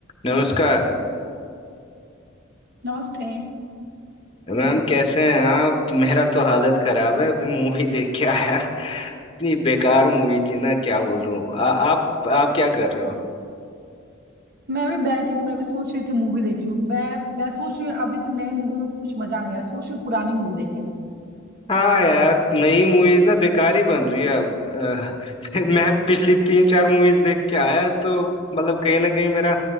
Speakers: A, on the left; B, on the right.
A: नमस्कार
B: नमस्ते
A: मैम कैसे हैं आप मेरा तो हालत खराब है अभी मूवी देख के आया इतनी बेकार मूवी थी ना क्या बोलूं आ, आप आप क्या कर रहे हो
B: मैं भी बैठी थी मैं भी सोच रही थी मूवी देख लूं मैं मैं सोच रही हूँ अभी तो नए मूवी में कुछ मजा नहीं आ रहा सोच रही हूँ पुरानी मूवी देख लूं
A: हाँ यार नई मूवीज ना बेकार ही बन रही है अब अ, <laughs> मैं पिछली तीन चार मूवीज देख के आया तो मतलब कहीं ना कहीं मेरा